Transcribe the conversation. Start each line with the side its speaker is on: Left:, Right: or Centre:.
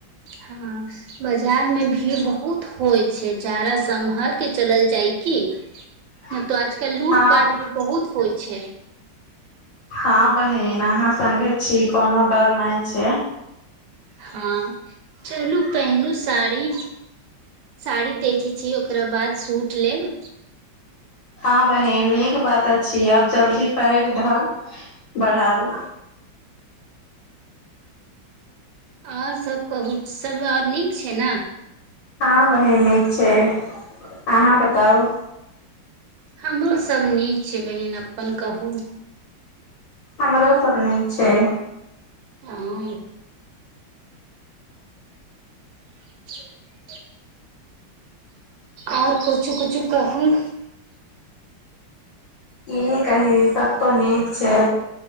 Right: हँ बाजार में भीड़ बहुत होइ छै जाारा सम्भाल के चलल जाय की
Left: <unintelligible>
Right: नहि तो आजकल लूटपाट
Left: हँ
Right: भी बहुत होइ छै
Left: हँ बहिन अहाँ सगे छी कोनो डर नहि छै
Right: हँ चलू पेनू साड़ी साड़ी देखै छी ओकरा बाद सूट लेब
Left: हँ बहिन नीक बात अछि आब जल्दी पके धर बढ़ाउ
Right: आओर सब कहू सब आओर नीक छै ने
Left: हँ बहीन नीक छै अहाँ बताउ
Right: हमरो सब नीक छै बहिन अपन कहू
Left: हमरो सब नीक छै
Right: हँ आओर <inaudible> आओर कुछो कुछो कहू
Left: की कही सब त नीक छै